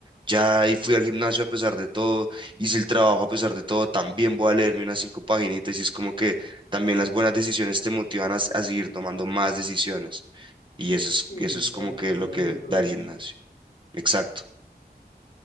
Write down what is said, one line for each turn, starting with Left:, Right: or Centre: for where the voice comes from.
Right: ya y fui al gimnasio a pesar de todo, hice el trabajo a pesar de todo, también voy a leerme unas cinco paginitas y es como que también las buenas decisiones te motivan a, s- a seguir tomando más decisiones y eso es,
Left: Sí,
Right: eso es
Left: y
Right: como
Left: además
Right: que
Left: que tiene
Right: lo que
Left: sus frutos.
Right: da el gimnasio. Exacto.